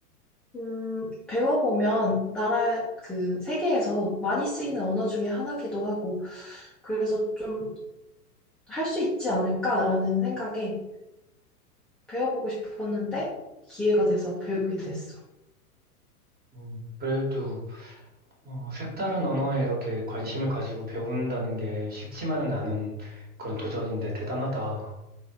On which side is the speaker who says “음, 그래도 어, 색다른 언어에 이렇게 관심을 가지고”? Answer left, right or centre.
Right